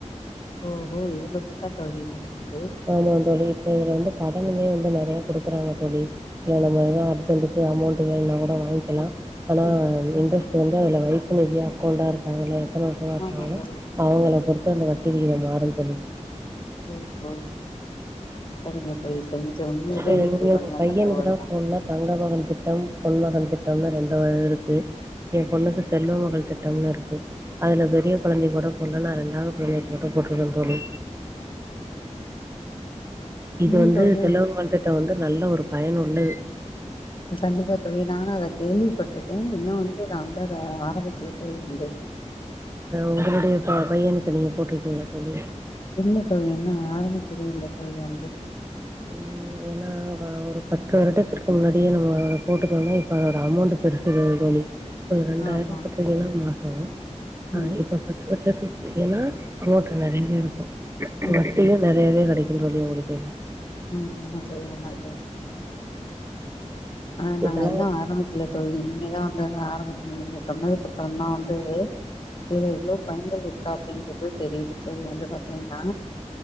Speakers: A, on the left; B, on the right.
A: ஒ ஓ இவ்ளோ இருக்கா தோழி இதுல வந்து
B: ஆமா தோழி இப்ப இதுல வந்து கடனுமே வந்து நறைய குடுக்குறாங்க தோழி இது நம்மயா அர்ஜென்ட்க்கு அமௌண்ட் வேணும்னா கூட வாங்கிலா ஆனா
A: ம்
B: இன்ட்ரெஸ்ட் வந்து அதுல வைப்பு நிதியா அக்கௌண்டா இருக்காங்கள்ல எத்தன வருஷமா இருக்காங்களோ
A: ஆமா தோழி
B: அவங்கள பொறுத்து அந்த வட்டி விகிதம் மாறும் தோழி
A: ஒ ஓ சரிங்க தோழி சந்திச்சது உண்மைலே
B: அ
A: இன்னைக்கு
B: நீங்க
A: ஒரு
B: உங்க
A: நல்ல
B: பையனுக்கு
A: தகவல் தா
B: போணுன்னா தங்க மகன் திட்டம் பொன்மகன் திட்டம்னு ரெண்டு வக இருக்கு எயா பொண்ணுக்கு செல்வ மகள் திட்டம்னு இருக்கு அதுல பெரிய கொழந்தைக்கு கூட போட்லா நா ரெண்டாவது கொழந்தைக்கு கூட போட்டிருக்கே தோழி இது வந்து
A: ஏன் தோழி
B: செல்வமகள் திட்டம் வந்து நல்ல ஒரு பயன் உள்ளது
A: கண்டிப்பா தோழி நானு அத கேள்விப்பட்டிருக்கே இன்னு வந்து நா வந்து அத ஆரம்பிக்கல தோழி வந்து
B: உங்களுடைய பையனுக்கு நீங்க போட்டிருக்கிங்லா தோழி
A: இல்ல தோழி இன்னு ஆரம்பிக்கவே இல்ல தோழி வந்து
B: ம் ஏன்னா அவை ஒரு பத்து வருடத்திற்கு முன்னாடியே நம்ம போட்டுடோம்னா இப்ப அதோட அமௌண்ட் பெருசு தோழி இப்ப ஒரு ரெண்டாயிரம்
A: ஆமா
B: போட்டிங்கன்னா மாசோம் ஆ
A: ம்
B: இப்ப இப்ப சேத்துவுட்டிங்கன்னா அமௌண்ட் நறைய இருக்கு
A: ம்
B: வட்டியு நறையவே கெடைக்கு இது வழியா ஓடி போயிட்றா
A: ம் ஆமா தோழி ஆமா தோழி ஆ நாங்க
B: இதெல்லா
A: இன்னு ஆரம்பிக்கல தோழி இனிமேதா வந்து ஆரம்பிக்கணு நீங்க சொன்னதுக்குப்புறம்தா வந்து இதுல எவ்ளோ பயன்கள் இருக்கா அப்டிங்றது தெரியுது தோழி வந்து பாத்தீங்கன்னா